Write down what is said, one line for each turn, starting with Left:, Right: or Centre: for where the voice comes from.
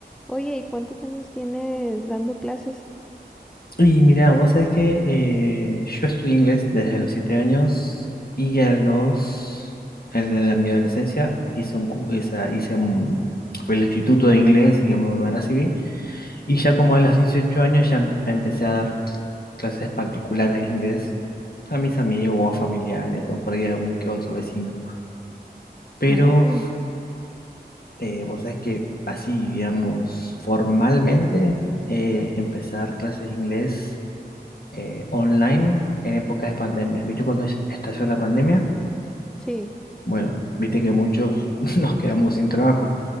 Centre: Oye, ¿y cuántos años tienes dando clases?
Left: Y mira, vos sabés que eh, yo estudié inglés desde los siete años y a los, en la, en mi adolescencia hice un, cu- esa- hice un- fui al instituto de inglés y me, me recibí. Y ya como a los 18 años ya em- empecé a dar clases particulares de inglés a mis amigos o a familiares o por ahí a algún que otro vecino. Pero
Centre: No, órale.
Left: eh, vos sabés que así, digamos, formalmente eh, empecé a dar clases de inglés eh, online en épocas de pandemia. ¿Viste cuando es- estalló la pandemia?
Centre: Sí,
Left: Bueno, viste que muchos <laughs> nos quedamos sin trabajo.